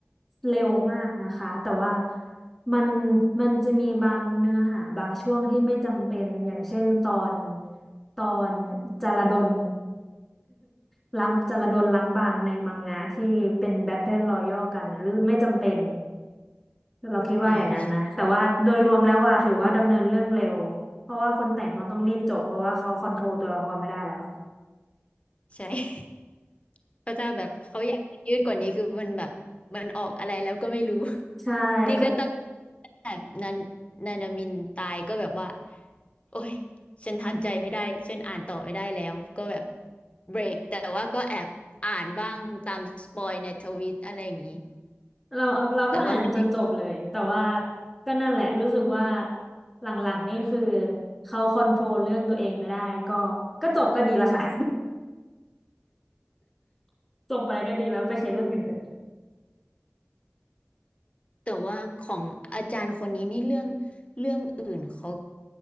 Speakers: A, in the centre; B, on the left.
A: เร็วมากนะคะแต่ว่ามันมันจะมีบางเนื้อหาบางช่วงที่ไม่จำเป็นอย่างเช่นตอนตอนจารดล <laughs> ล้างจารดลล้างบางในมังงะที่เป็นแบทเทิลรอยัลกันน่ะหรือไม่จำเป็นเราคิดว่าอย่างนั้นนะแต่ว่าโดยรวมแล้วว่าถือว่าดำเนินเรื่องเร็วเพราะว่าคนแต่งเขาต้องรีบจบเพราะว่าเขาคอนโทรลตัวละครไม่ได้แล้ว
B: อ่าใช่ใช่ <laughs> พระเจ้าแบบเขาอยากยืดกว่านี้คือมันแบบมันออกอะไรแล้วก็ไม่รู้
A: <laughs>
B: <laughs>
A: ใช่
B: นี่ก็ตั้งแต่นันนานามินตายก็แบบว่าโอ้ยฉันทานใจไม่ได้ฉันอ่านต่อไม่ได้แล้วก็แบบเบรกแต่ว่าก็แอบอ่านบ้างตามสปอยในทวิตอะไรอย่างนี้
A: เราเอาเราก็อ่านจนจบเลยแต่ว่า
B: แต่ว่าไม่ได้
A: ก็นั่นแหละรู้สึกว่าหลังๆนี่คือเขาคอนโทรลเรื่องตัวเองไม่ได้ก็ก็จบก็ดีละค่ะ <laughs> จบไปก็ดีแล้วไปเขียนเรื่องอื่นเถอะ
B: แต่ว่าของอาจารย์คนนี้นี่เรื่องเรื่องอื่นเขา